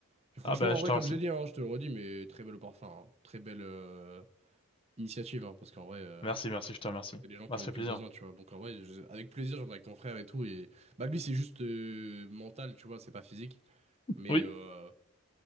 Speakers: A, on the right; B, on the left.
A: Puis franchement,
B: Ah, bah,
A: en
B: je
A: vrai,
B: te
A: comme
B: remercie.
A: j'ai dit, hein, je te le redis, mais très belle, au parfum, hein. très belle euh, initiative, hein, parce qu'en vrai. euh,
B: Merci, merci, je te remercie.
A: C'est les gens qui
B: Bah, ça
A: ont le
B: fait
A: plus
B: plaisir.
A: besoin, tu vois. Donc en vrai, je- avec plaisir, j'en avec mon frère et tout. Et bah lui, c'est juste euh, mental, tu vois, c'est pas physique. Mais
B: Oui.
A: euh,